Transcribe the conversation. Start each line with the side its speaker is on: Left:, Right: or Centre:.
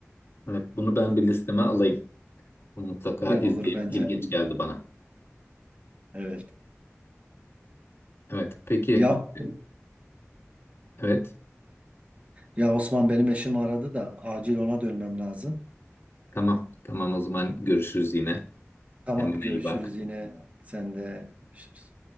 Left: Evet, bunu ben bir listeme alayım. Bunu mutlaka
Right: İyi
Left: izleyeyim.
Right: olur bence.
Left: İlginç geldi bana.
Right: Evet.
Left: Evet, peki.
Right: Ya
Left: Evet,
Right: ya Osman benim eşim aradı da acil ona dönmem lazım.
Left: tamam. Tamam o zaman görüşürüz yine.
Right: Tamam
Left: Kendine
Right: görüşürüz
Left: iyi bak.
Right: yine. Sen de görüşürüz.